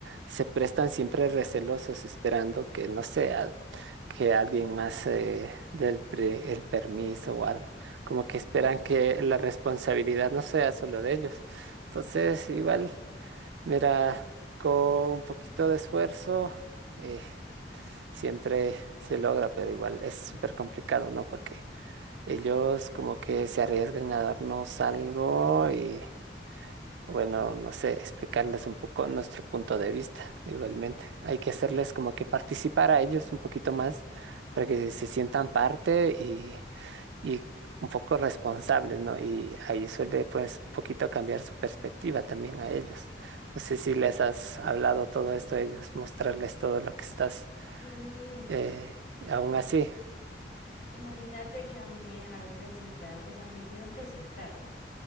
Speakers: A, on the right; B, on the left.
A: se prestan siempre recelosos esperando que, no sé, al- que alguien más eh, del pre- el permiso o algo, como
B: Exacto.
A: que esperan que la responsabilidad no sea solo de ellos. Entonces, igual, mira, con un poquito de esfuerzo. eh, siempre se logra, pero igual es súper complicado, ¿no? Porque ellos como que se arriesgan a darnos algo y, bueno, no sé, explicarles un poco nuestro punto de vista, igualmente. Hay que hacerles como que participar a ellos un poquito más para que se sientan parte y, y un poco responsables, ¿no? Y ahí suele pues un poquito cambiar su perspectiva también a ellos. No sé si les has hablado todo esto a ellos, mostrarles todo lo que estás
B: Sí,
A: eh, aún así,
B: imagínate que a mí me dejaron presentar, o sea, me hicieron presentar, ¿no?